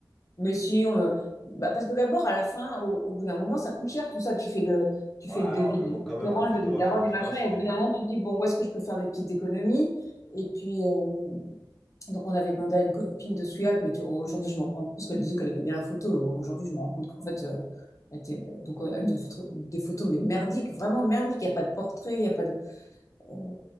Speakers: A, on the left; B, in the centre.
A: Mais si, on- bah, parce que d'abord, à la fin, au, au bout d'un moment, ça coûte cher tout ça. Tu fais le, tu
B: Ouais,
A: fais le devis
B: mais
A: du
B: bon, quand
A: restaurant,
B: même, le photographe,
A: le devis de la
B: j'ai
A: robe,
B: envie de
A: du
B: te
A: machin,
B: dire, c'est.
A: et au bout d'un moment, tu te dis, bon, où est-ce que je peux faire des petites économies? Et puis, euh, donc on avait demandé à une copine de Souillac, mais tu- aujourd'hui, je me rends compte, parce qu'elle disait qu'elle aimait bien la photo, mais aujourd'hui, je me rends compte qu'en fait, euh, elle était- euh, donc elle nous a fait trop- des photos, mais merdiques, vraiment merdiques. Il n'y a pas de portrait, il n'y a pas de euh,